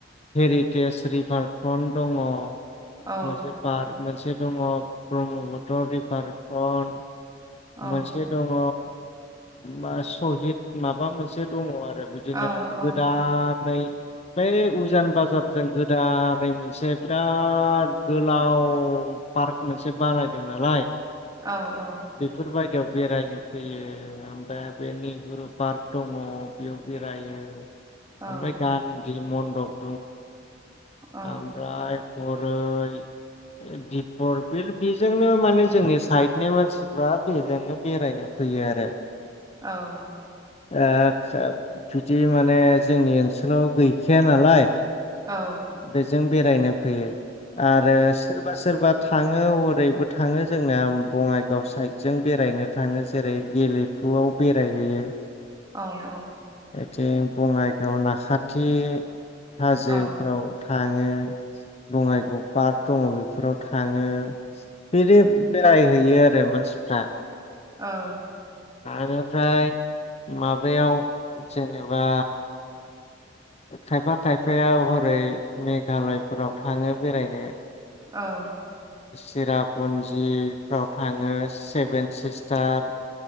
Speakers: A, on the left; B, on the right.
A: हेरिटेज रिभार फ्रन्ट दङ मोनसे
B: औ
A: पारक मोनसे दङ ब्रह्मपुत्र रिभार फ्रन्ट
B: औ
A: मोनसे दङ मा सहिद माबा मोनसे दङ आरो बिदिनो
B: औ औ
A: गोदानै
B: औ
A: बै उज उजान बाजारजों गोदानै मोनसे बिराद गोलाव पार्क मोनसे बानायदों नालाय।
B: औ औ
A: बेफोरबायदियाव बेरायनो फैयो। ओ बे नेहुरु पार्क। दङ बेयाव। बेरायो
B: औ
A: ओमफ्राय गानदि मन द
B: औ
A: ओमफ्राय हरै दिपर बिल बेजोंनो माने जोंनि साइडनि मानसिफ्रा बेजोंनो बेरायनो फैयो आरो
B: औ
A: ओह खोब बिदि माने जोंनि ओनसोलाव गैखाया नालाय।
B: औ
A: बेजों बेरायनो फैयो। आरो सोरबा सोरबा थाङो हरैबो थाङो जोंना बङाइगाव साइडजों बेरायनो थाङो जेरै गेलेफुआव बेरायहैयो।
B: औ औ
A: जे बङाइगाव नाखा के हाजोफ्राव
B: औ
A: था थाङो। बङाइगाव पार्क दङ बे फोराव थाङो। बिदि बेराय हैयो आरो मानसिफ्रा।
B: औ
A: आरो फ्राय माबायाव जेनेबा खायफा खायफाया हरै मेघालयफोराव थाङो बेरायनो।
B: औ
A: चेरापन्जिफ्राव थाङो सेभेन सिस्टार।